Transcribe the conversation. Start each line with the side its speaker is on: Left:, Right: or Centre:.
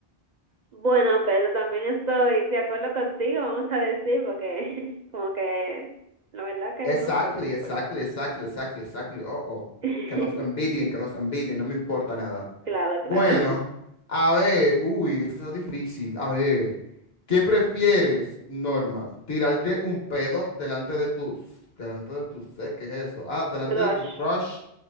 Right: Bueno, Pedro, también estoy de acuerdo contigo, vamos a decir, porque <laughs> como que la verdad que
Left: Exactly,
Right: no sé, no me importa.
Left: exactly, exactly, exactly, exactly. Oh, oh.
Right: <laughs>
Left: Que nos envidien, que nos envidien, no me importa nada.
Right: Claro,
Left: Bueno,
Right: claro.
Left: a ver, uy, esto está difícil. A ver, ¿qué prefieres, Norma? ¿Tirarte un pedo delante de tus, delante de tus, eh, ¿Qué es eso? Ah, delante
Right: Crush.
Left: de tu crush